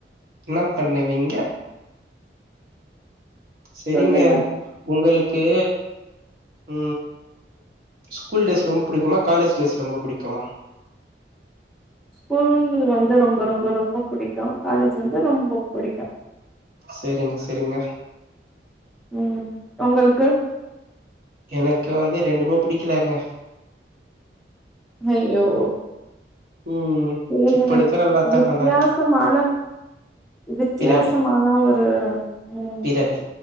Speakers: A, on the right; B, in the centre.
A: என்ன பண்ணுவீங்க சரிங்க
B: சொல்லுங்க
A: உங்களுக் கு உ ஸ்கூல் டேஸ் ரொம்ப பிடிக்குமா காலேஜ் டேஸ் ரொம்ப பிடிக்குமா
B: ஸ்கூல் வந்து ரொம்ப ரொம்ப ரொம்ப பிடிக்கு காலேஜ் வந்து ரொம்போ புடிக்கு
A: சேரிங்க சேரிங்க
B: உ உங்களுக்கு
A: எனக்கு வந்து ரெண்டுமே புடிக்கலங்க
B: அய்யோ
A: ம்
B: சேரிங்க
A: இப்ப எடுக்கிற எல்லாத்தா
B: வித்தியாசமான
A: நல்லா இருக்கு
B: வித்தியாசமான
A: பிறவி
B: ஒரு உ
A: பிறவி